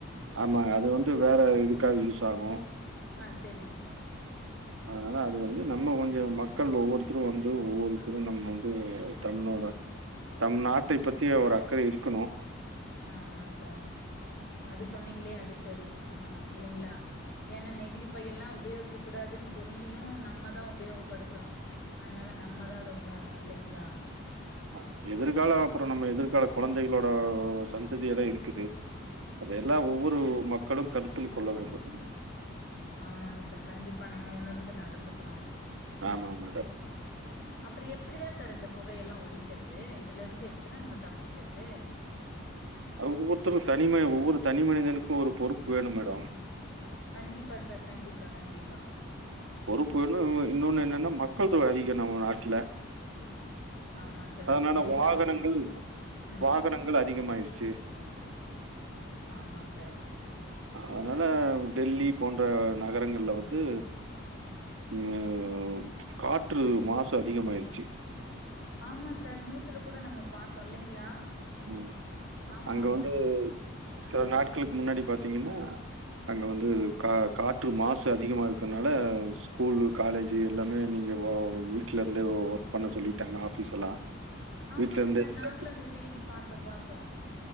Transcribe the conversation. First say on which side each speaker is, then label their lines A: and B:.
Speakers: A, on the right; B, on the left.
A: ஆமாங்க அது வந்து வேற இதுக்காது யூஸ் ஆகு
B: ஆ செரிங்க சார்
A: அதனால அது வந்து நம்ம கொஞ்சோ மக்கள் ஒவ்வொருத்தரு வந்து ஒவ்வொருத்தரு நம்ம வந்து தமிழ்நாட தம் நாட்டை பத்திய ஒரு அக்கறை இருக்கணு
B: ஆமா சார் அது சொன்னீங்களே அது சரி ஆமா இல்லைங்களா ஏனா நெகிழிப்பை எல்லா உபயோகிக்க கூடாதுன்னு சொல்லியு நம்மதா உபயோகப்படுத்துறோ அதனால நம்ம தா அத உணரணு இல்லைங்களா
A: ஆ எதிர்கால அப்புறம் நம்ம எதிர்கால குழந்தைகளோட சந்ததியெல்லா இருக்குது அதயெல்லா ஒவ்வொரு மக்களும் கருத்தில் கொள்ள வேண்டும்
B: ஆமாங்க சார் கண்டிப்பா நம்ம உணர்ந்து நடந்துக்கணு
A: ஆமா மேடம்
B: <inaudible> அப்புற எப்டிதா சார் இந்த புகையெல்லா ஒழிக்கிறது இதுல இருந்து எப்டிதா நம்ம தப்பிக்கிறது
A: அது ஒவ்வொருத்தரும் தனிமைய ஒவ்வொரு தனி மனிதனுக்கு ஒரு பொறுப்பு வேணு மேடம்
B: கண்டிப்பா சார் கண்டிப்பா கண்டிப்பா
A: பொறுப்பு வேணு இன்னொன்னு என்னன்னா மக்கள் தொகை அதிகம் நம்ம நாட்டுல
B: ஆமா சார்.
A: அதனால
B: இந்தியாவுல
A: வாகனங்கள்
B: ம்.
A: வாகனங்கள் அதிகமாயிருச்சி
B: ஆமா சார்
A: அதனால டெல்லி போன்ற நகரங்கள்ல வந்து இன்னு காற்று மாசு அதிகமயிருச்சி
B: ஆமா சார் நியூஸ்ல கூட நம்ம பார்த்தோ இல்லைங்களா
A: ம்
B: ஆமா,
A: அங்க
B: ஆமா.
A: வந்து சில நாட்களுக்கு முன்னாடி பாத்தீங்கன்னா அங்க வந்து கா காற்று மாசு அதிகமா இருக்கனால ஸ்கூலு காலேஜு எல்லாமே நீங்க வீட்லருந்தே ஒர்க் பண்ண சொல்லிட்டாங்க ஆஃபீஸ் எல்லா
B: ஆமாங்க
A: வீட்ல இருந்தே
B: சார்
A: ஸ்ட
B: நாங்களு அந்த செய்தி பார்த்தோ பார்த்தோ